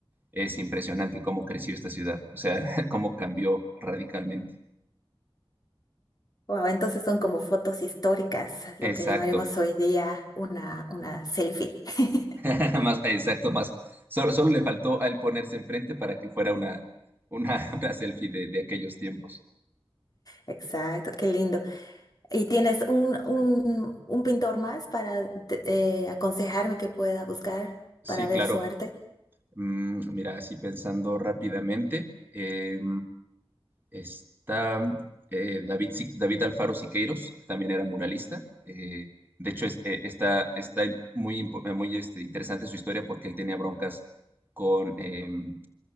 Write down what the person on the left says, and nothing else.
Wow, entonces son como fotos históricas, lo
que llamaremos hoy día una, una selfie. <laughs>
Exacto, qué lindo. ¿Y tienes un, un, un pintor más para te- eh, aconsejarme que pueda buscar
para ver
su arte?